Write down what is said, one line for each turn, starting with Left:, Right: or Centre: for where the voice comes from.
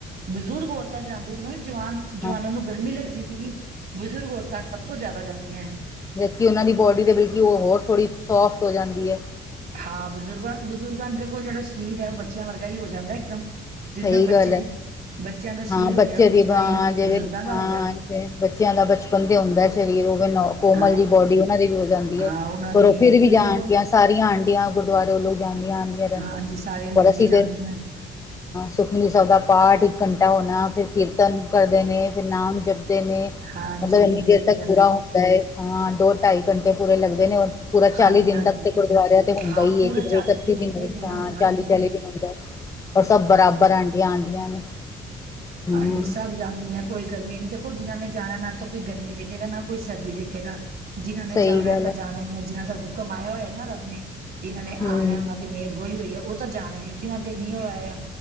Right: ਬਜ਼ੁਰਗ ਔਰਤਾਂ ਜਾਂਦੀਆਂ ਸੀ ਮ ਜਵਾਨ ਜਵਾਨਾਂ
Left: ਹਾਂ
Right: ਨੂੰ ਗਰਮੀ ਲੱਗਦੀ ਸੀਗੀ। ਬਜ਼ੁਰਗ ਔਰਤਾਂ ਸਭ ਤੋਂ ਜ਼ਿਆਦਾ ਜਾਂਦੀਆਂ ਏ
Left: ਜਦ ਕਿ ਉਹਨਾਂ ਦੀ ਬੋਡੀ ਤੇ ਬਲਕਿ ਉਹ ਹੋਰ ਥੋੜ੍ਹੀ ਸੋਫਟ ਹੋ ਜਾਂਦੀ ਐ
Right: ਹਾਂ ਬਜ਼ੁਰਗਾਂ-ਬਜ਼ੁਰਗਾਂ ਦੇਖੋ ਜਿਹੜਾ ਸਰੀਰ ਹੈ ਉਹ ਬੱਚਿਆਂ ਵਰਗਾ ਹੀ ਹੋ ਜਾਂਦਾ ਇੱਕਦਮ ਜਿਸ
Left: ਸਹੀ
Right: ਤਰਾਂ ਬੱਚੇ
Left: ਗੱਲ ਹੈ
Right: ਦੀ ਬੱਚਿਆਂ ਦਾ ਸਰੀਰ
Left: ਹਾਂ ਬੱਚੇ
Right: ਹੋਇਆ
Left: ਦੀ
Right: ਉਸ
Left: ਜਿਵੇਂ
Right: ਤਰ੍ਹਾਂ ਹੀ ਬਜ਼ੁਰਗਾਂ ਦਾ
Left: ਹਾਂ
Right: ਹੋ ਗਿਆ
Left: ਜਿਵੇ ਬੱਚਿਆਂ ਦਾ ਬਚਪਨ ਤੇ ਹੁੰਦਾ ਸਰੀਰ ਉਹ ਕੋਮਲ
Right: ਹਾਂ
Left: ਜੀ ਬੋਡੀ ਉਹਨਾਂ ਦੀ ਵੀ ਹੋ ਜਾਂਦੀ
Right: ਹਾਂ
Left: ਹੈ
Right: ਉਹਨਾਂ
Left: ਪਰ
Right: ਦੀ
Left: ਉਹ ਫਿਰ
Right: ਅਸੀਂ
Left: ਵੀ ਜਾਂਣ
Right: ਚਲੋ
Left: ਦੀਆਂ ਸਾਰੀਆਂ ਆਂਟ ਆਂਟੀਆਂ ਗੁਰਦੁਆਰੇ ਲੋਕ ਜਾਂਦੀਆਂ ਆਦੀਆਂ ਜਾਂਦੀਆਂ
Right: ਹਾਂਜੀ ਸਾਰੀਆਂ ਮਿਲ
Left: ਪਰ ਅਸੀਂ
Right: ਕੇ ਜਾਂਦੀਆਂ
Left: ਫਿਰ ਸੁਖਮਨੀ ਸਭ ਦਾ ਪਾਠ ਇੱਕ ਘੰਟਾ ਹੋਣਾ ਫੇਰ ਕੀਰਤਨ ਕਰਦੇ ਨੇ ਫੇਰ ਨਾਮ ਜਪ ਨੇ
Right: ਹਾਂਜੀ
Left: ਮਤਲਬ ਇੰਨੀ
Right: ਹਾਂ ਸਹੀ
Left: ਦੇਰ ਤੱਕ
Right: ਗੱਲ
Left: ਪੂਰਾ
Right: ਹੈ
Left: ਹੁੰਦਾ ਹੈ ਹਾਂ ਦੋ ਢਾਈ ਘੰਟੇ ਪੂਰੇ ਲੱਗਦੇ ਨੇ ਪੂਰਾ ਚਾਲੀ
Right: ਹਾਂਜੀ
Left: ਦਿਨ
Right: ਹਾਂਜੀ
Left: ਤੱਕ ਤੇ
Right: ਤੋਂ
Left: ਗੁਰਦਆਰਿਆਂ ਤੇ ਹੁੰਦਾ
Right: ਹਾਂ
Left: ਹੀ
Right: ਪੂਰਾ
Left: ਹੈ ਕਿਧਰੇ
Right: ਚਾਲੂ
Left: ਇਕੱਤੀ
Right: ਹੁੰਦੇ
Left: ਦਿਨ
Right: ਪੂਰਾ
Left: ਤਾਂ
Right: ਹਾਂਜੀ
Left: ਚਾਲੀ-ਚਾਲੀ ਦਿਨ ਹੁੰਦਾ ਰ ਸਭ ਬਰਾਬਰ ਆਂਟੀਆਂ ਆਦੀਆਂ ਨੇ ਹਮ
Right: ਹਾਂਜੀ ਸਭ ਜਾਂਦੀ ਹੈ ਕੋਈ ਗਰਮੀ ਨੀ ਜਿਹਨ੍ਹਾਂ ਨੇ ਜਾਣਾ ਨਾ ਤਾਂ ਕੋਈ ਗਰਮੀ ਦੇਖੇਗਾ ਨਾ ਕੋਈ ਸਰਦੀ ਦੇਖੇਗਾ। ਜਿਹਨ੍ਹਾਂਨਾਂ
Left: ਸਹੀ
Right: ਨੇ ਜਾਣਾ
Left: ਗੱਲ
Right: ਤਾਂ
Left: ਹੈ
Right: ਜਾਣਾ ਹੀ ਜਿਹਨਾ ਦਾ ਹੁਕਮ ਆਇਆ ਹੋਇਆ ਨਾ ਰੱਬ ਨੇ ਜਿਨਾਂ ਨੇ
Left: ਹਮ
Right: ਆਉ ਉਹਨਾਂ ਦੀ ਮੇਲ ਹੋਈ ਹੋਈ ਆ ਉਹ ਤਾਂ ਜਾਣਗੇ ਜਿਹਨਾਂ ਦੇ ਨ ਹੋ ਆਇ ਆ